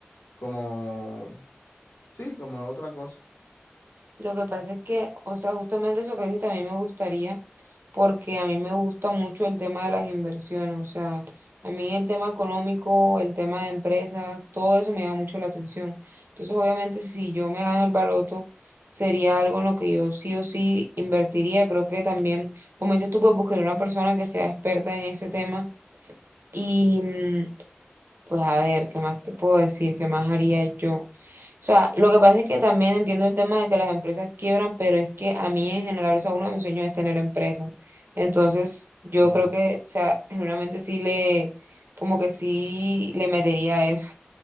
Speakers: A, on the left (about 90°); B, on the right (about 65°).
A: como, sí, como otra cosa.
B: Lo que pasa es que, o sea, justamente eso que dices también me gustaría porque a mí me gusta mucho el tema de las inversiones, o sea, a mí el tema económico, el tema de empresas, todo eso me llama mucho la atención. Entonces, obviamente, si yo me gano el baloto, sería algo en lo que yo sí o sí invertiría. Creo que también, como dices tú, pues buscaría una persona que sea experta en ese tema y, mm, pues, a ver, ¿qué más te puedo decir? ¿Qué más haría yo? O sea, lo que pasa es que también entiendo el tema de que las empresas quiebran, pero es que a mí en general, o sea, uno de mis sueños es tener empresas. Entonces, yo
A: Ujú.
B: creo que, o sea, genuinamente sí le, como que sí le metería a eso,